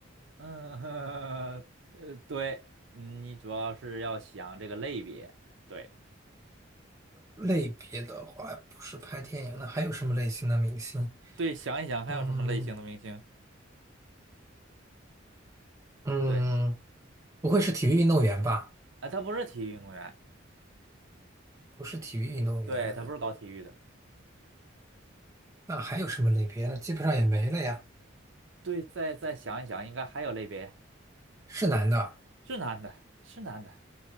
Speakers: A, on the right; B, on the right.
A: 嗯，<laughs> 呃，对，你主要是要想这个类别，对
B: 类别的话，不是拍电影，的，还有什么类型的明星？
A: 对，想一想还有什么类型的明星？
B: 嗯嗯，
A: 对，
B: 不会是体育运动员吧？
A: 啊，他不是体育运动员，
B: 不是体育运动员，
A: 对，他不是搞体育的，
B: 那还有什么类别呢？基本上也没了呀。
A: 对，再再想一想，应该还有类别，
B: 是男的，
A: 是男的，是男的，